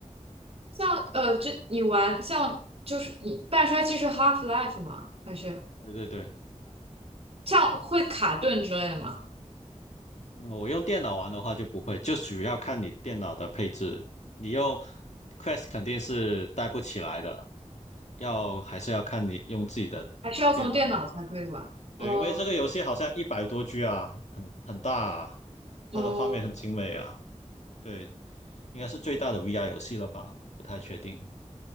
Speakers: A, on the right; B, on the left.
A: 像呃，这你玩像就是你半衰期是 Half-Life 吗？还是
B: 对对对。
A: 像会卡顿之类的吗？
B: 呃我用电脑玩的话就不会，就主要看你电脑的配置。你用 Quest 肯定是带不起来的，要还是要看你用自己的电脑。
A: 还是要从电脑才可以玩？
B: 对，
A: 哦，
B: 因为这个游戏好像一百多 G 啊，很很大啊，它的画面很精美啊。
A: 哦。
B: 对，应该是最大的 VR 游戏了吧？不太确定。